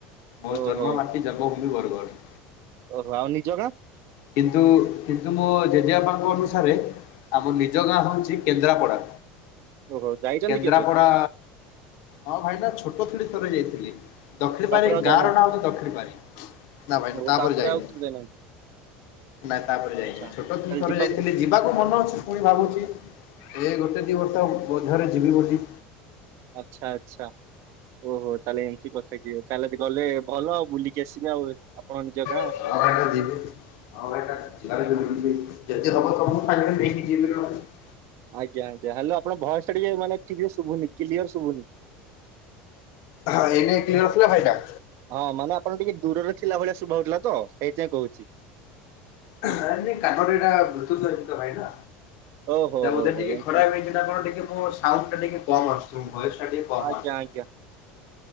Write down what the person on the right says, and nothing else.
ଓହୋ
ଓହୋ ଆଉ ନିଜ ଗାଁ?
ଓହୋ ଯାଇଛନ୍ତି
କେବେ
ତାପରେ
ଆଉ
ଯାଇନାହାନ୍ତି
ଓହୋ
ଆଉ କେବେ ଯାଇନାହାନ୍ତି
ଆଚ୍ଛା
ତାହେଲେ
ଯିବା
ଆଚ୍ଛା ଆଚ୍ଛା ଓହୋ ତାହେଲେ ଏମିତି କଥା କି? ତାହେଲେ ଗଲେ ଭଲ ବୁଲି। କେ ଆସିବେ ଆଉ? ଆପଣ ନିଜ ଗାଁ।
ଆଜ୍ଞା ଯାହାହେଲେ ଆପଣଙ୍କ ଭଇସ ଟା ଟିକେ ମାନେ କ୍ଲିଅର, କ୍ଲିଅର ଶୁଭୁନି।
ହଁ ମାନେ ଆପଣ ଟିକେ ଦୂରରେ ଥିଲା ଭଳିଆ ଶୁଭା ହଉଥିଲା ତ ସେଇଥିପାଇଁ କହୁଛି।
ଓହୋ
ହୋ
ହୋ
ଏମତି।
ଆଜ୍ଞା
ଆଜ୍ଞା।